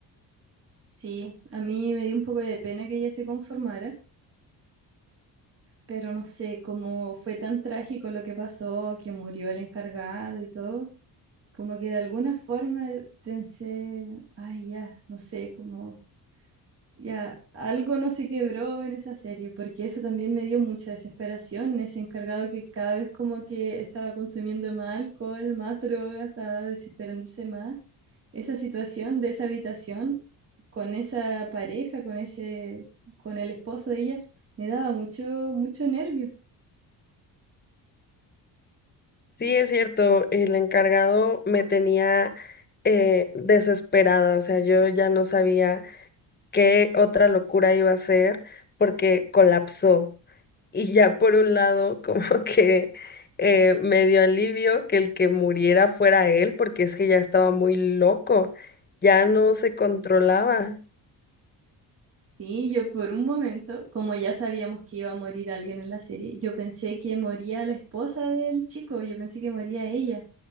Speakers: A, on the right (about 35°); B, on the left (about 25°).
A: Sí, a mí me dio un poco de pena que ella se conformara, pero no sé, como fue tan trágico lo que pasó, que murió el encargado y todo, como que de alguna forma pensé, ay, ya, no sé, como ya algo no se quebró en esa serie, porque eso también me dio mucha desesperación, ese encargado que cada vez como que estaba consumiendo más alcohol, más droga, estaba desesperándose más. Esa situación de esa habitación. con esa pareja, con ese, con el esposo de ella, me daba mucho, mucho nervio.
B: Sí, es cierto, el encargado me tenía eh, desesperada, o sea, yo ya no sabía qué otra locura iba a hacer porque colapsó. Y ya por un lado, como <laughs> que eh, me dio alivio que el que muriera fuera él, porque es que ya estaba muy loco, ya no se controlaba.
A: Sí, yo por un momento, como ya sabíamos que iba a morir alguien en la serie, yo pensé que moría la esposa del chico, yo pensé que moría ella.